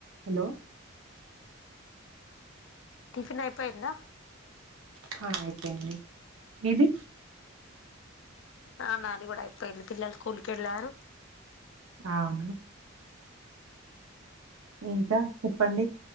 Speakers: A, on the right; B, on the left.
A: Hello
B: tiffin అయిపోయిందా
A: హా అయిపోయింది మిది
B: ఆ నాది కూడా అయిపోయింది పిల్లలు స్కూల్కి ఎలారూ
A: అవును ఇంకా చెప్పండి